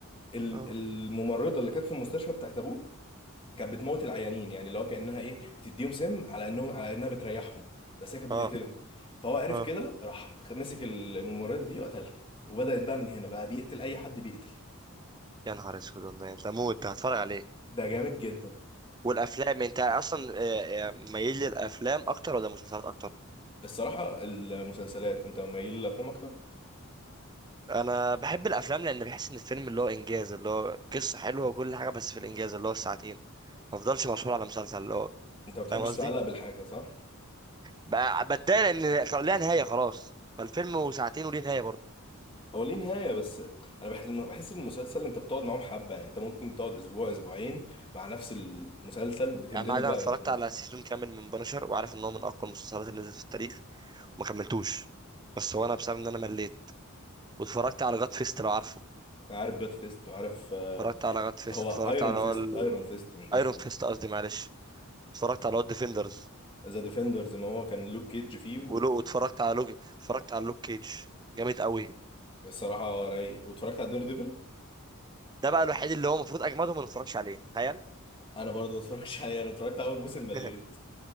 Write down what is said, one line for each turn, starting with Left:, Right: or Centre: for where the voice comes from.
Left: ال-
Right: اه
Left: الممرضة اللي كانت في المستشفى بتاعت ابوه كانت بتموت العيانين يعني اللي هو كانها ايه بتديهم سم على انهم على انها بتريحهم بس هي كانت
Right: اه
Left: بتقتلهم فهو عرف
Right: اه
Left: كده راح مسك الممرضه دي وقتلها وبدات بقى من هنا بقى بيقتل اي حد بيقتل
Right: يا نهار اسود والله ده مود ده هتفرج عليه
Left: ده جامد جدا
Right: والافلام انت اصلا آه، آه، ميال للافلام اكتر ولا مسلسلات اكتر
Left: فالصراحه المسلسلات انت مايل للافلام اكتر
Right: انا بحب الافلام لان بحس ان الفيلم اللي هو انجاز اللي هو قصه حلوه وكل حاجه بس في الانجاز اللي هو الساعتين ما افضلش مسؤول على مسلسل اللي هو
Left: انت ما بتحبش
Right: فاهم قصدي
Left: تتعلق بالحاجه صح
Right: بقى- بتضايق لان خ- ليها نهايه خلاص فالفيلم وساعتين وليه نهايه برضه
Left: هو ليه نهايه بس انا بح- لما بحس ان المسلسل انت بتقعد معاهم حبه يعني انت ممكن تقعد اسبوع اسبوعين مع نفس المسلسل بتندمج
Right: يعني انا أنا
Left: بقى
Right: اتفرجت
Left: بالاحداث
Right: على سيزون كامل من بنشر وعارف ان هو من اقوى المسلسلات اللي نزلت في التاريخ ما كملتوش بس هو انا بسبب ان انا مليت واتفرجت على جاد فيست لو عارفه
Left: عارف جاد فيست وعارف
Right: اتفرجت على جاد فيست
Left: هو
Right: اتفرجت
Left: ايرون
Right: على
Left: فيست
Right: هو
Left: ايرون فيست مش جاد
Right: ايرون
Left: فيست
Right: فيست قصدي معلش اتفرجت على هو ديفندرز
Left: ذا ديفندرز ما هو كان لوك كيدج فيه
Right: ولو واتفرجت على لوج اتفرجت على لوك كيج جامد قوي
Left: والصراحه رايق واتفرجت على دير ديفل
Right: ده بقى الوحيد اللي هو المفروض اجمدهم ما نتفرجش عليه تخيل
Left: انا برضه ما اتفرجتش عليه انا اتفرجت على اول موسم مليت
Right: <laughs>